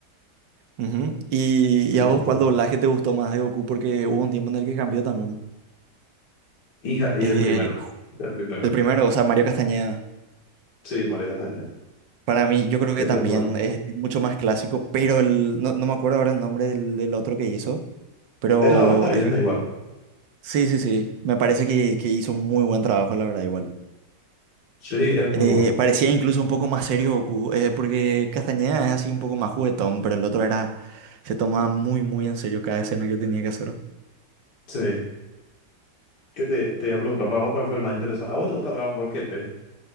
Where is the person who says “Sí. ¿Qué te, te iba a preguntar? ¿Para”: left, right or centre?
Left